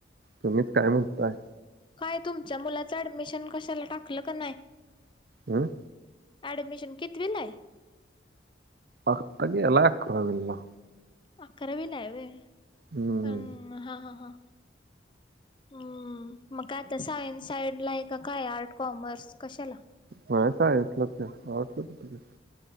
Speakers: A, on the right; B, on the left.
A: तुम्हीच काय म्हणताय?
B: काय तुमच्या मुलाचं ऍडमिशन कशाला टाकलं का नाय?
A: हम्म
B: ऍडमिशन कितवीला आहे?
A: आता गेलाय अकरावीला.
B: अकरावीला आहे वे
A: हम्म
B: पण हा हा हा. हम्म म काय आता सायन्स साइडला हाय की काय आर्ट, कॉमर्स कशाला?
A: हो सायन्सलाच आहे आर्ट्सला कुठं काय.